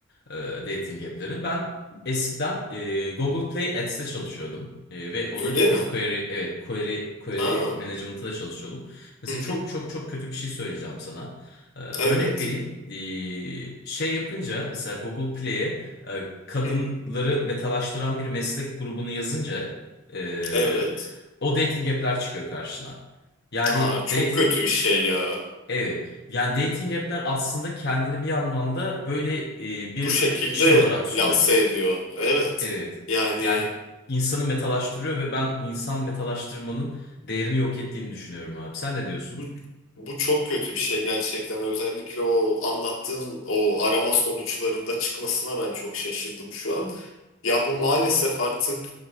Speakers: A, on the left (about 55°); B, on the left (about 80°).
A: e, Dating app'lerin. Ben eskiden e, Google Play Ads'te çalışıyordum. E, ve onun
B: Öyle
A: que-
B: mi?
A: query, evet query, query
B: Ha,
A: management'ında çalışıyordum. Mesela
B: hı hı.
A: çok çok çok kötü bir şey söyleyeceğim sana. E, örnek
B: Evet.
A: vereyim. E, şey yapınca mesela Google Play'e e, kadınları
B: Hı hı.
A: metalaştıran bir meslek grubunu yazınca e,
B: Evet.
A: o dating app'ler çıkıyor karşına. Yani
B: Aa, çok
A: dating
B: kötü bir şey ya.
A: evet. Yani dating app'ler aslında kendini bir anlamda böyle e, bir
B: Bu şekilde
A: şey olarak sunuyor.
B: lanse ediyor. Evet.
A: Evet.
B: Yani
A: Yani insanı metalaştırıyor ve ben insan metalaştırmanın değerini yok ettiğini düşünüyorum abi. Sen ne diyorsun?
B: bu, bu çok kötü bir şey gerçekten. Özellikle o anlattığın o arama sonuçlarında çıkmasına ben çok şaşırdım şu an. Ya bu maalesef artık